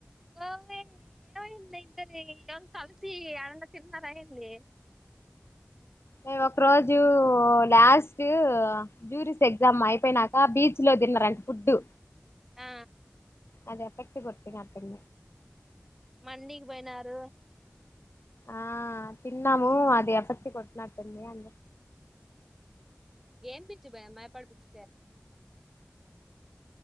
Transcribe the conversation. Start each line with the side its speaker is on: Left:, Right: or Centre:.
Centre: ఓ ఏవ ఇంద ఇంతరి ఏవన్ కలసి అరండ తిన్నార ఏంది
Left: మేము ఒక రోజు లాస్ట్ జ్యూరిస్ ఎగ్జామ్ అయిపోయినాక బీచ్ లో తిన్నరంటే ఫుడ్డు
Centre: ఆ
Left: అది ఎఫెక్ట్ కొట్టిన అప్పుడు
Centre: మండీకి పోయినారు
Left: ఆ తిన్నాము అది ఎఫెక్ట్ కొట్టినట్టుంది అం
Centre: ఏం బీచు భయ్యా మైపాడు బీచ్ చె